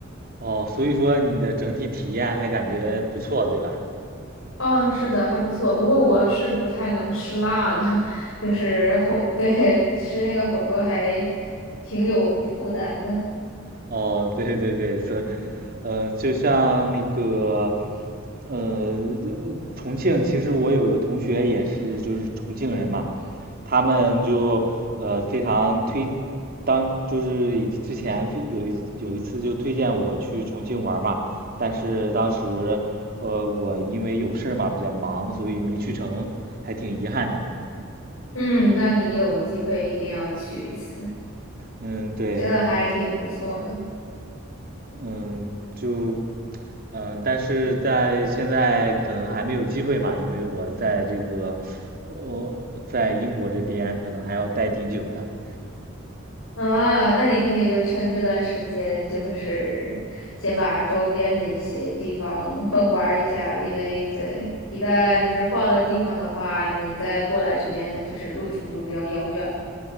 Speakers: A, on the right; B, on the left.
A: 哦，所以说你的整体体验还感觉不错，对吧？
B: 嗯，是的，还不错。不过我是不太能吃辣的，<laughs> 就是火，<laughs> 对，吃那个火锅还挺有负担的。
A: 哦，对对对，所以，呃，就像那个，呃，就重庆，其实我有个同学也是，就是重庆人嘛，他们就呃非常推，当就是以之前非有一有一次就推荐我去重庆玩嘛，但是当时呃我因为有事儿嘛比较忙，所以没去成，还挺遗憾的。
B: 嗯，那你有机会一定要去一次，
A: 嗯，对。
B: 真的还挺不错的。
A: 嗯，就，嗯，但是在现在可能还没有机会吧，因为我在这个，我在英国这边可能还要待挺久的。<laughs>
B: 啊，那你可以就趁这段时间，就是先把周边的一些地方 <laughs> 玩儿一下，因为对，一旦就是换了地方的话，你再过来这边就是路途就比较遥远了。